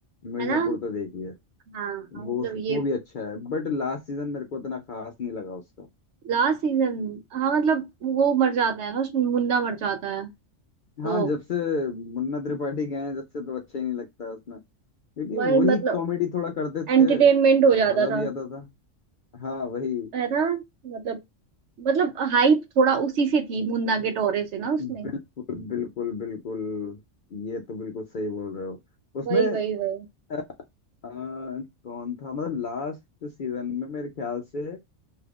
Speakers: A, on the left; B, on the right.
A: मिर्जापुर
B: है ना
A: तो देखी है
B: हाँ हाँ,
A: वो
B: मतलब ये
A: वो भी अच्छा है बट लास्ट सीजन मेरे को इतना खास नहीं लगा उसका
B: लास्ट सीजन हाँ मतलब वो मर जाता है ना उसमें मुन्ना मर जाता है
A: हाँ
B: तो
A: जब से मुन्ना त्रिपाठी गए हैं जब से तो अच्छा ही नहीं लगता है उसमें क्योंकि
B: वही
A: वही
B: मतलब
A: कॉमेडी थोड़ा करते
B: एंटरटेनमेंट
A: थे
B: हो
A: और
B: जाता
A: मजा भी
B: था
A: आता था हाँ वही
B: है ना मतलब मतलब हाइप थोड़ा उसी से थी मुन्ना के टोरे से ना उसमें
A: बिल्कुल बिल्कुल बिल्कुल ये तो बिल्कुल सही बोल रहे हो उसमें
B: वही वही वही
A: अ, अ, कौन था मतलब लास्ट सीजन में मेरे ख्याल से